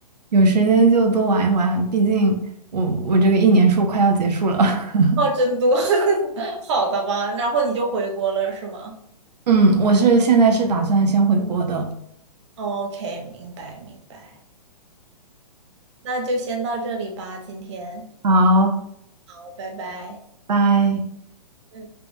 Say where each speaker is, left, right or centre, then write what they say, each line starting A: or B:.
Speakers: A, on the right (about 80°); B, on the right (about 45°).
A: 有时间就多玩一玩，毕竟我我这个一年硕快要结束了。
B: <laughs>
A: <laughs>
B: 话真多，<laughs> 好的吧？然后你就回国了是吗
A: 嗯，我是现在是打算先回国的。
B: ？OK，明白明白，那就先到这里吧，今天，
A: 好，
B: 好，拜拜。
A: 拜。
B: 嗯。